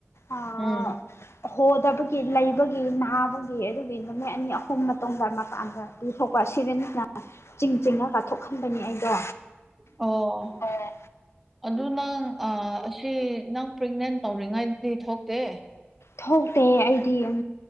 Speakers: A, on the left; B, in the centre.
A: ꯑꯥ
B: ꯎꯝ
A: ꯍꯣꯗꯕꯒꯤ ꯂꯩꯕꯒꯤ ꯅꯥ ꯕꯒꯤ ꯑꯗꯨꯒꯤ ꯅꯨꯃꯤꯠ ꯑꯅꯤ ꯑꯍꯨꯝ ꯃꯇꯨꯡꯗ ꯃꯄꯥꯟꯗ ꯄꯨꯊꯣꯛꯄ ꯁꯤꯔꯤꯟꯅ ꯆꯤꯡ ꯆꯤꯡꯉꯒ ꯊꯣꯛꯍꯟꯕꯅꯤ ꯑꯩꯗꯣ
B: ꯑꯣ
A: ꯑꯦ
B: ꯑꯗꯨ ꯅꯪ ꯑꯥ ꯑꯁꯤ ꯅꯪ ꯄ꯭ꯔꯦꯟꯅꯦꯟ ꯇꯧꯔꯤꯉꯩꯗꯗꯤ ꯊꯣꯛꯇꯦ
A: ꯊꯣꯛꯇꯦ ꯑꯩꯗꯤ ꯎꯝ